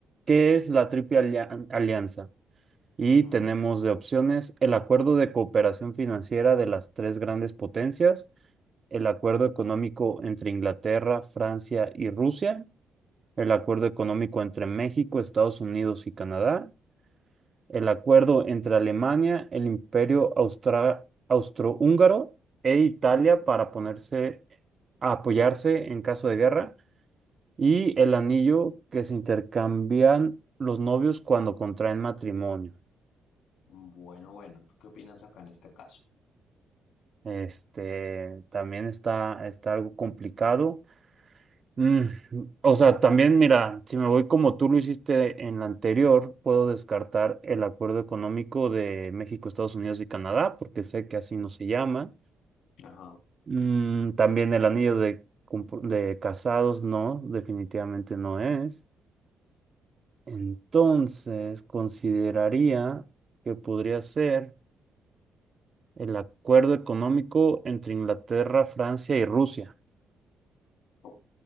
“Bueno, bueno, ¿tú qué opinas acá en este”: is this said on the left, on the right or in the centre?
Left